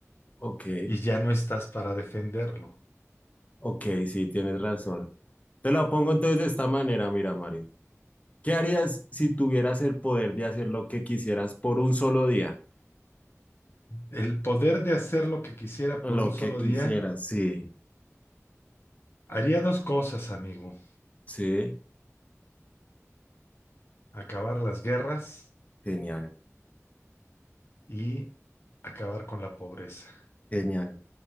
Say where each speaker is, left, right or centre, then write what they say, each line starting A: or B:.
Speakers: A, on the left; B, on the left.
A: ok,
B: y ya no estás para defenderlo.
A: ok, sí, tienes razón. Te la pongo entonces de esta manera, mira Mario. ¿Qué harías si tuvieras el poder de hacer lo que quisieras por un solo día?
B: El poder de hacer lo que quisiera por
A: Lo
B: un solo
A: que quisieras,
B: día
A: sí,
B: haría dos cosas, amigo.
A: sí.
B: Acabar las guerras
A: Genial,
B: y acabar con la pobreza.
A: genial.